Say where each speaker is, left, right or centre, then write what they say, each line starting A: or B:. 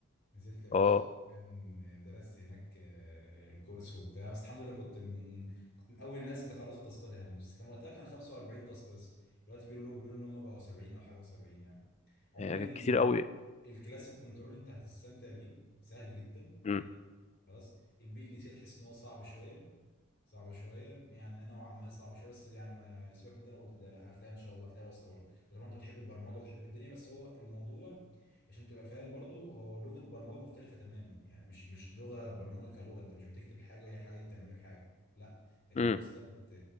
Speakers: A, on the left; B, on the left.
A: نزلت يا باشا
B: اه
A: كان درست هناك آه، الكورس وبتاع بس الحمد لله كنت من كنت من اول الناس اللي خلصوا تاسكات يعني بس كان وقتها كان 45 تاسك بس دلوقتي بيقولوا بيقولوا ان هم بقوا 70 او حاجه و70 يعني عموما
B: هي
A: ال...
B: كتير أوي
A: الكلاسيك كنترول انت هتستمتع بيه سهل جدا
B: امم
A: جدا خلاص البي ال سي تحس ان هو صعب شويه صعب شويه يعني نوعا ما صعب شويه بس يعني ما سيبك من ده انا قلت لا لا هتلاقيها ان شاء الله هتلاقيها واصله برضه وطبعا انت بتحب البرمجه وتحب الدنيا بس هو الموضوع عشان تبقى فاهم برضه هو لغه برمجه مختلفه تماما يعني مش مش لغه برمجه كلغه انت مش بتكتب حاجه وهي الحاجه دي بتعمل لك حاجه لا انت
B: امم
A: اصلا بت...